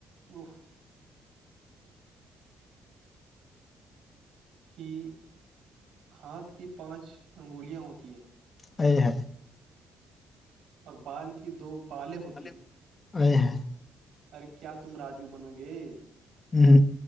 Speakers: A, on the right; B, on the left.
A: ا کی ہاتھ کی پانچ انگولیاں ہوتی ہیں
B: ا ہے
A: اور بال کی دو بالیں ہوتی
B: ا
A: ہیں
B: ہاں
A: ارے کیا تم راجو بنو گے
B: ہ